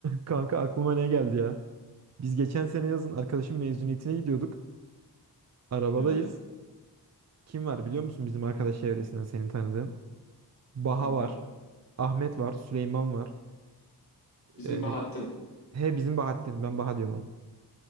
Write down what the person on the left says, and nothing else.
Evet.
Kim
var?
Bizim
Bahattin.